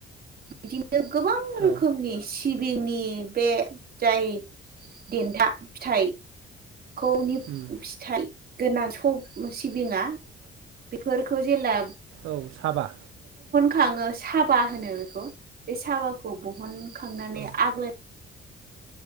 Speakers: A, on the right (about 50°); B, on the right (about 85°).
A: बिदिनो। गोबां रोखोमनि
B: औ
A: <unintelligible> सिबिंनि बे जाय देन्था फिथाइ खौ नि
B: उम
A: फिथाइ गोनां सौ सिबिङा बेफोरखौ जेला
B: औ साबा।
A: खाङो साबा होनो बेखौ। बे साबाखौ बहनखांनानै
B: औ
A: आग्लाय